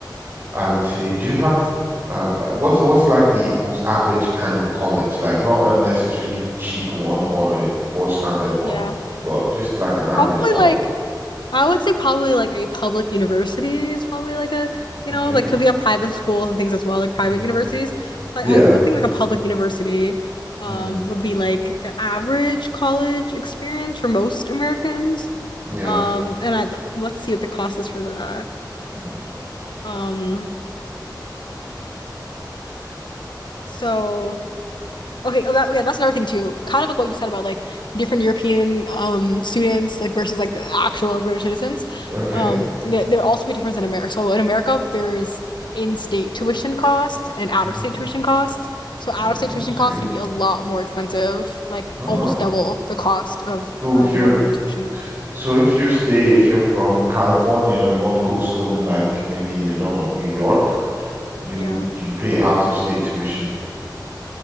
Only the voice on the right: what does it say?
I would say, do you have um uh, what's what's like the most average kind of college? Like not a necessarily cheap one or a poor standard one,
but just like an average
college.
Okay.
Yeah.
Yeah.
Mm,
yeah.
Mm,
okay.
hmm
Oh, that's
crazy.
Oh.
So
if you're
So if you stay, if you're from California and you want to go school in like maybe, I don't know, New York, you
would you'd pay out of state tuition.